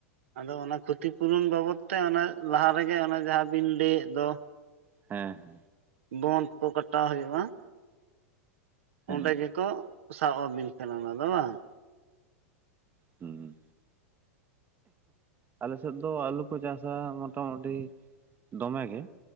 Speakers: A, on the right; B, on the right.
A: ᱟᱫᱚ ᱚᱱᱟ ᱠᱷᱩᱛᱤ ᱯᱩᱨᱩᱱ ᱵᱟᱵᱚᱛ ᱛᱮ ᱚᱱᱟ ᱞᱟᱦᱟ ᱨᱮᱜᱮ ᱚᱱᱟ ᱡᱟᱦᱟᱸ ᱵᱤᱱ ᱞᱟᱹᱭᱮᱫ ᱫᱚ
B: ᱦᱮᱸ,
A: ᱵᱚᱱᱰ ᱠᱚ ᱠᱟᱴᱟᱣ ᱦᱩᱭᱩᱜ-ᱟ᱾
B: ᱦᱮᱸ
A: ᱚᱸᱰᱮ ᱜᱮᱠᱚ ᱥᱟᱵ ᱟᱹᱵᱤᱱ ᱠᱟᱱᱟ ᱚᱱᱟ ᱫᱚ ᱵᱟᱝ? <unintelligible>
B: ᱦᱩᱸ ᱟᱞᱮ ᱥᱮᱫ ᱫᱚ ᱟᱹᱞᱩ ᱠᱚ ᱪᱟᱥᱟ ᱢᱚᱴᱟ-ᱢᱩᱴᱤ ᱫᱚᱢᱮ ᱜᱮ᱾